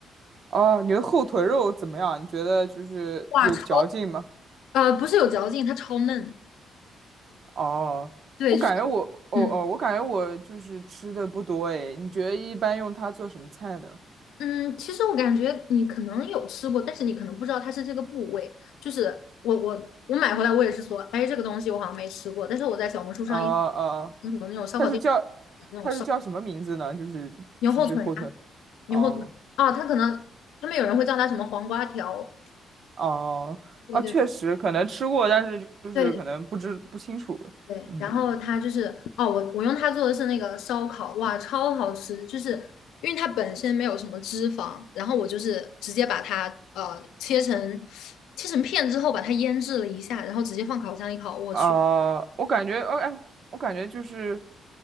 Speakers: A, on the right (about 55°); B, on the left (about 90°).
A: 哦，你的后腿肉怎么样？你觉得就是有嚼劲吗？
B: 哇，超呃不是有嚼劲，它超嫩，
A: 哦，
B: 对，
A: 我感觉我，
B: 就是。
A: 哦哦，
B: 嗯。
A: 我感觉我就是吃的不多诶。你觉得一般用它做什么菜呢？
B: 嗯，其实我感觉你可能有吃过，但是你可能不知道它是这个部位。就是我我我买回来，我也是说，哎，这个东西我好像没吃过，但是我在小红书上一
A: 哦哦，
B: 很多那种烧烤店，
A: 它是叫它是叫什么名字呢？
B: 那种烧
A: 就是就是后腿，
B: 牛后腿啊，牛后腿啊，
A: 哦
B: 它可能他们有人会叫它什么黄瓜条，
A: 哦啊，
B: 对对
A: 确实可能吃过，但是就是可能不知不清楚了嗯。
B: 对对，然后它就是哦，我我用它做的是那个烧烤，哇，超好吃！就是因为它本身没有什么脂肪，然后我就是直接把它呃切成切成片之后，把它腌制了一下，然后直接放烤箱里烤。我去，
A: 啊、我感觉，呃哎，我感觉就是，